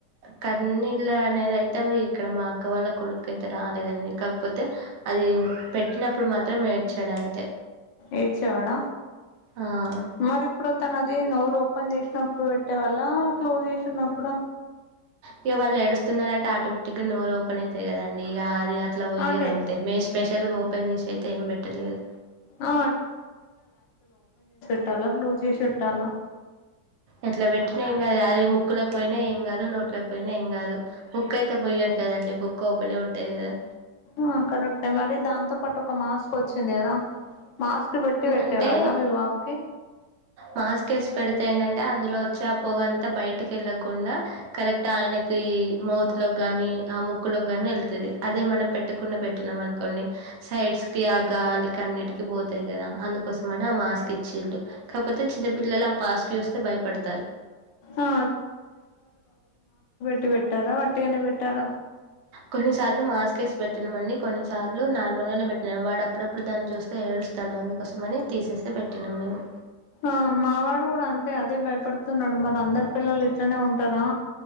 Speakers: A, on the right; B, on the left.
A: కన్నీళ్లు అనేది అయితే ఇక్కడ మాకు క్క వాళ్ళ కొడుకు అయితే రాలేదండి కాకపోతే అది పెట్టినప్పుడు మాత్రం మాత్రం ఏడ్చాడంతే
B: ఏడ్చేవాడా
A: ఆ
B: మరి ఇప్పుడు తనది నోరు పని చేసినప్పుడు పెట్టే వాళ్ళ క్లోజ్ చేసిన్నప్పుడ
A: ఇక వాళ్ళు ఏడుస్తున్నారంటే ఆటోమేటిక్గా నోర్ ఓపెన్ అయితయి కదండి ఇక అది అట్లా పోయేది
B: అంటే
A: అంతే మేము స్పెషల్ పని చేసి అయితే ఏం పెట్టలేదు
B: ఆ ట్టాల బ్లూజేష వెట్టాల
A: ఎట్లా పెట్టినా ఎంకాదు అది ముక్కులకు పోయినా ఏం కాదు నోట్ల పోయినా ఏం కాదు బుక్ అయితే ముయ్యం కదండి బుక్ ఓపెనే ఉంటాయి కదా
B: ఆ కరెక్ట్ మరి దాంతో పాటు ఒక మాస్క్ వచ్చింది కదా మాస్క్ పెట్టి పెట్టేవాళ్ళ
A: అంటే
B: మీ బాబుకి
A: మాస్క్ వేసి పెడితే ఏంటంటే అందులో వచ్చి పోగంత బయటికి కెళ్ళకుండ కరెక్ట్ ఆయనకి మౌత్లో కానీ ఆ ముక్కులోకి కానీ వెళ్తది అదే మనం పెట్టకుండా పెట్టినాం అనుకోండి సైడ్స్ కి ఆ గాలి కన్నిటి ఇ త్ పో తేఆది కదా అందుకోసమని ఆ మాస్క్ ఇచ్చిండు కాకపోతే చిన్నపిల్లలు ఆ మాస్క్ చూస్తే భయపడతారు
B: ఆ టి వెట్టార వట్టిగనే వెట్టార
A: కొన్నిసార్లు మాస్క్ వేసి పెట్టినమండి కొన్నిసార్లు నార్మల్గానే పెట్టినాం వాడు అప్పుడప్పుడు దాన్ని చూస్తే ఏడుస్తాడు అందుకోసమని తీసేస్తే పెట్టినాం మేము
B: ఆ మావాడు కూడా అంతే అదే భయపడుతున్నాడు మరి అందరు పిల్లలు ఇట్లనే ఉంటారా